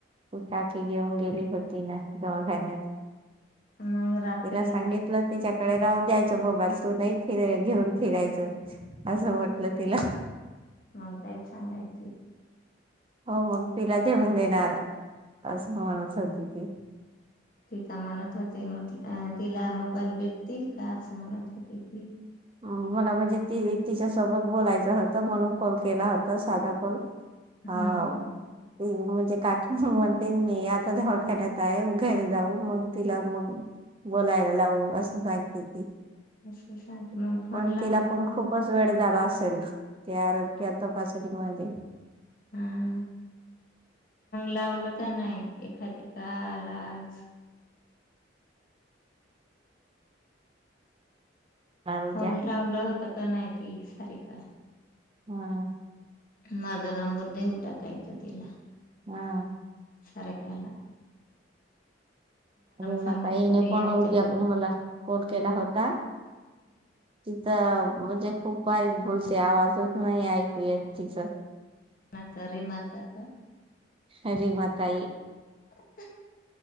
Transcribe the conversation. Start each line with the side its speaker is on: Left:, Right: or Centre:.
Right: घेऊन गेली होती ना दवाखान्यात
Left: मग रात्री
Right: तिला सांगितलं तिच्याकडे राहू द्यायच मोबाईल तू नाही फि घेऊन फिरायचं असं म्हटलं तिला
Left: मग काहीच सांगायची
Right: हो मग तिला घेऊन देणार असे म्हणत होती ती
Left: ती का म्हणत होते तिला मोबाईल भेटतील का असं म्हणत होते की
Right: हम मला म्हणजे ती तिच्या सोबत बोलायचं होतं म्हणून कॉल केला होता साधा कॉल
Left: हम्म
Right: ह त म्हणजे काकी म्ह म्ह ते मी आता दवाखान्यात आहे घरी जाऊ मग तिला मग बोलायला लावू असं सांगते ती
Left: असं सांगते मग फोन
Right: पण
Left: लावला
Right: तिला पण
Left: क हा
Right: खूपच
Left: मग
Right: वेळ झाला असेल त्या आरोग्य तपासणीमध्ये
Left: लावलं. लावलं का नाही एखादी काल आज
Right: आरोग्या
Left: फोन लावलं होता. का नाहीती सारी का?
Right: हम्म.
Left: माझा नंबर देऊन टाकायचा तिला
Right: हा
Left: सारिकाला
Right: अरे
Left: सांगत
Right: मता हने
Left: होते
Right: पण
Left: यांच्या
Right: उभ्या
Left: घरी
Right: मला कॉल केला होता तिथ मग जे खूप भारी बोलते आवाजच
Left: हम्चा
Right: नाही आहे. <inaudible>
Left: माच र माचा का
Right: खरी माताई
Left: <inaudible>